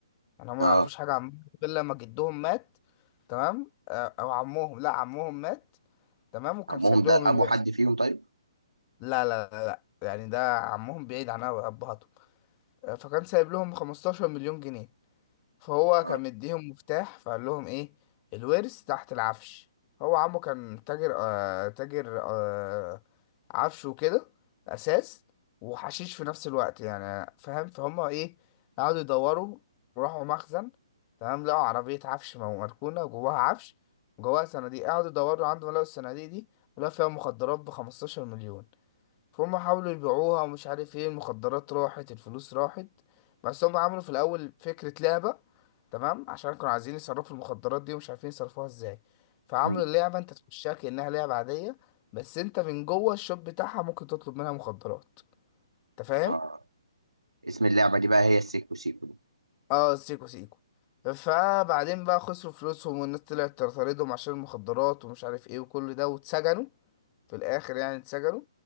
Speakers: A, on the left (about 30°); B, on the right (about 85°).
A: يعني هم ما
B: اه
A: يعرفوش حاجة عن بعض غير لما جدهم مات تمام آه، أو عمهم لا عمهم مات تمام وكان
B: ابوهم
A: سايب لهم
B: ده
A: الورث
B: ابو حد فيهم طيب
A: لا لا لا لا يعني ده عمهم بعيد عن أب- أبهاتهم آه، فكان سايب لهم 15 مليون جنيه فهو
B: اه
A: كان مديهم مفتاح فقال لهم ايه الورث تحت العفش هو عمه كان تاجر آه تاجر آه عفش وكده اساس وحشيش في نفس الوقت يعني فاهم فهم ايه قعدوا يدوروا وراحوا مخزن تمام لقوا عربية عفش مو- مركونة جواها عفش جواها صناديق قعدوا يدوروا عندهم لقوا الصناديق دي ولقوا فيها مخدرات ب 15 مليون فهم حاولوا يبيعوها ومش عارف ايه المخدرات راحت الفلوس راحت بس هم عملوا في الاول فكرة لعبة تمام عشان كانوا عايزين يصرفوا المخدرات دي ومش عارفين يصرفوها ازاي فعملوا
B: مم.
A: اللعبة انت تخشها كأنها لعبة عادية بس انت من جوه الشوب بتاعها ممكن تطلب منها مخدرات انت فاهم
B: اه اسم اللعبه دي بقى هي السيكو سيكو دي
A: اه سيكو سيكو فبعدين بقى خسروا فلوسهم والناس طلعت تطاردهم عشان المخدرات ومش عارف ايه وكل ده واتسجنوا في الاخر يعني اتسجنوا